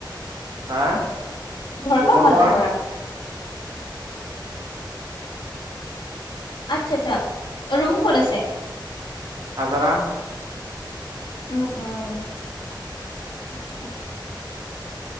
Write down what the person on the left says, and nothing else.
ঘৰৰ
অহা
যোৱা কৰা আচ্ছা আচ্ছা ৰুম ক আছে
উম উম আচ্ছা